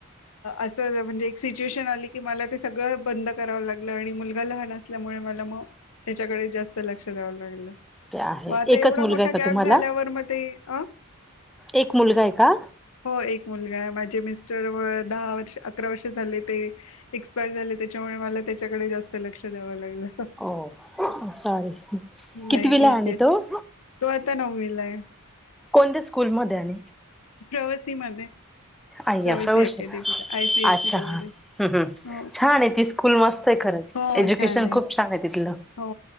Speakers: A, on the left (about 80°); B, in the centre.
A: असं म्हणजे एक सिच्युएशन आली की मला ते सगळं बंद करावं लागलं आणि मुलगा लहान असल्यामुळे मला मग त्याच्याकडे जास्त लक्ष द्यावं लागलं. मग
B: ते आहे
A: आता
B: एकच
A: एवढा
B: मुलगा
A: मोठा
B: आहे का
A: गॅप
B: तुम्हाला
A: झाल्यावर मग ते अ
B: एक मुलगा आहे का
A: हो एक मुलगा माझे मिस्टर दहा अकरा वर्ष झाले ते एक्सपायर झाले त्याच्यामुळे मला त्याच्याकडे जास्त लक्ष द्याव लागलं
B: ओ सॉरी कितवीला
A: नाही ठीक
B: आणि
A: आहे
B: तो
A: तो आता नवमीलाय
B: कोणत्या स्कूलमध्येध्ये आणि
A: प्रवासी म
B: आई
A: प्रवासी
B: अफा हुशार
A: अकॅडमीला आयसीएससी
B: अच्छा
A: बोर्ड
B: हा
A: आहे
B: हम् हम् छान आहे ती स्कूल मस्त आहे खरंच
A: हो
B: एज्युकेशन
A: छान आहे
B: खूप छान तिथलं
A: हो